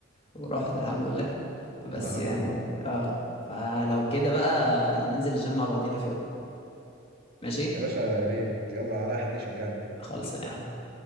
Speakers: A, on the left; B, on the right.
A: وراحت الحمد لله بس
B: طب عالمي
A: يعني
B: والله
A: اه فلو كده بقى ننزل الجيم مع بعضينا في يوم ماشي
B: يا باشا يا ريت يلا على حد يشجعني
A: خالص يا عم